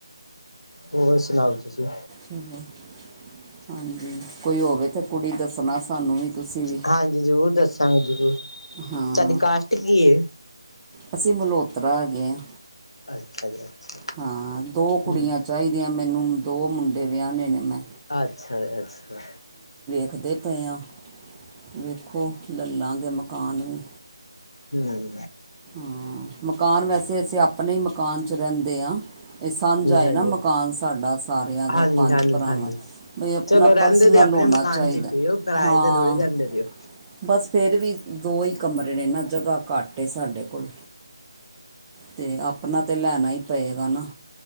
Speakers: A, on the left (about 80°); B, on the right (about 20°).
A: ਹੋਰ ਸੁਣਾਓ ਤੁਸੀਂ
B: ਚਲੋ ਹਾਂਜੀ ਕੋਈ ਹੋਵੇ ਤੇ ਕੁੜੀ ਦੱਸਣਾ ਸਾਨੂੰ ਵੀ ਤੁਸੀਂ ਵੀ
A: ਹਾਂਜੀ ਜ਼ਰੂਰ ਦੱਸਾਂਗੇ। <inaudible>
B: ਹਾਂ
A: ਸਾਡੀ ਕਾਸ਼ਟ ਕੀ ਐ।
B: ਅਸੀਂ ਮਲੋਤਰਾ ਹੈਗੇ ਹਾਂ।
A: ਅੱਛਾ ਜੀ। ਅੱਛਾ।
B: ਹਾਂ ਦੋ ਕੁੜੀਆਂ
A: ਹੂੰ।
B: ਚਾਹੀਦੀਆਂ ਮੈਨੂੰ ਦੋ ਮੁੰਡੇ ਵਿਆਹਣੇੇ ਨੇ ਮੈਂ।
A: ਅੱਛਾ-ਅੱਛਾ
B: ਦੇ ਪਏ ਆ। ਵੇਖੋ ਲ ਲਾਂਗੇ ਮ ਕਾਨ ਵੀ।
A: ਹਮ
B: ਹਾਂ ਮਕਾਨ ਵੈਸੇ ਅਸੀਂ ਆਪਣੇ ਹੀ ਮਕਾਨ ਚ ਰਹਿੰਦੇ ਹਾਂ। ਇਹ ਸਾਂਝਾ ਹੈ
A: ਹਾਂਜੀ।
B: ਨਾ ਮਕਾਨ ਸਾਡਾ ਸਾਰਿਆਂ ਦਾ
A: ਹਾਂਜੀ
B: ਪੰਜ
A: ਹਾਂਜੀ
B: ਭਰਾਵਾਂ
A: ਹਾਂਜੀ
B: ਬਈ ਆਪਣਾ
A: ਚਲੋ ਰਹਿੰਦੇ
B: ਪਰਸਨਲ
A: ਤੇ ਆਪਣੇ
B: ਹੋਣਾ
A: ਮਕਾਨ
B: ਚਾਹੀਦਾ,
A: ਚ ਹੀ ਪਏ ਓ ਕਿਰਾਏ
B: ਹਾਂ
A: ਤੇ ਥੋੜ੍ਹੀ ਰਹਿੰਦੇ ਪਏ ਓ।
B: ਬਸ ਫੇਰ ਵੀ ਦੋ ਹੀ ਕਮਰੇ ਨੇ ਨਾ ਜਗ੍ਹਾ ਘੱਟ ਏ ਸਾਡੇ ਕੋਲ। ਤੇ ਆਪਣਾ ਤੇ ਲੈਣਾ ਹੀ ਪਏ ਗਾ ਨਾ।